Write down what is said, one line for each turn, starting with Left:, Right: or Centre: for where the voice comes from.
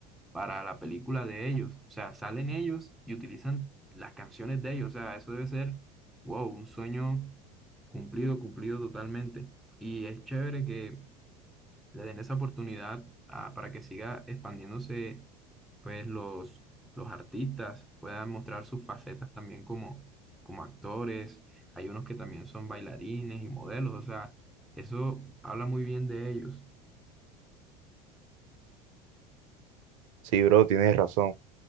Centre: para la película de ellos. O sea, salen ellos y utilizan las canciones de ellos. O sea, eso debe ser, wow, un sueño cumplido, cumplido totalmente. Y es chévere que le den esa oportunidad a- para que siga expandiéndose, pues los, los artistas puedan mostrar sus facetas también como, como actores. Hay unos que también son bailarines y modelos, o sea, eso habla muy bien de ellos.
Right: Sí, bro, tienes razón.